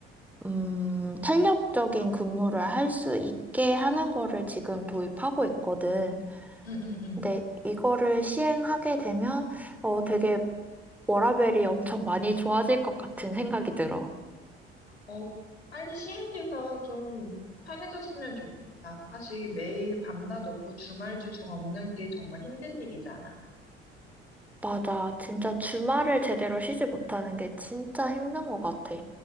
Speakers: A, in the centre; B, on the left.
A: 음, 탄력적인 근무를 할 수 있게 하는 거를 지금 도입하고 있거든.
B: 응응응
A: 근데 이거를 시행하게 되면 어, 되게 워라밸이 엄청 많이 좋아질 것 같은 생각이 들어.
B: 어 빨리 시행돼서 좀 편해졌으면 좋겠다. 사실 매일 밤낮 없고 주말 주중 없는 게 정말 힘든 일이잖아.
A: 맞아. 진짜 주말을 제대로 쉬지 못하는 게 진짜 힘든 것 같아.